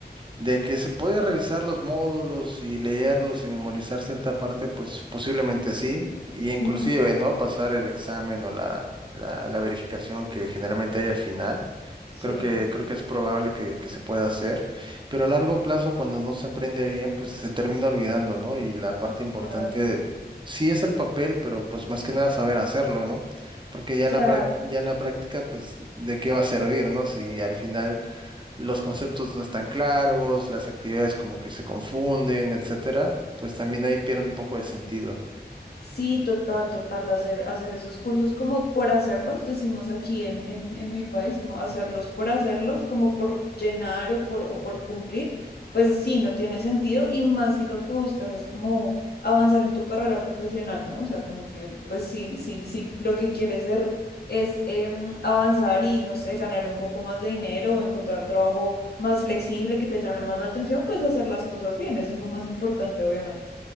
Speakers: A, on the right (about 30°); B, on the left (about 70°).
A: de que se puede revisar los módulos y leerlos y memorizar cierta parte, pues posiblemente sí, y inclusive,
B: Ujú.
A: ¿no? Pasar el examen o la, la, la verificación que generalmente hay al final.
B: Sí,
A: Creo que, creo que es probable que, que se pueda hacer, pero a largo plazo, cuando no se aprende bien, pues se termina olvidando, ¿no? Y la parte importante
B: claro,
A: sí es el papel, pero pues más que nada saber hacerlo, ¿no? Porque ya
B: claro.
A: en la, práct- ya en la práctica, pues, ¿de qué va a servir, ¿no? Si al final los conceptos no están claros, las actividades como que se confunden, etcétera, pues también ahí pierde un poco de sentido.
B: Sí, total, total, hacer, hacer esos cursos como por hacerlos, decimos aquí en, en, en mi país, como hacerlos por hacerlos, como por llenar o por, o por cumplir, pues sí, no tiene sentido y más si lo que buscas es como avanzar en tu carrera profesional, ¿no? O sea, como que, pues sí, sí, sí, lo que quieres ser es em, avanzar y, no sé, ganar un poco más de dinero o encontrar un trabajo más flexible que te llame más la atención, pues hacer las cosas bien, eso es lo más importante, obviamente.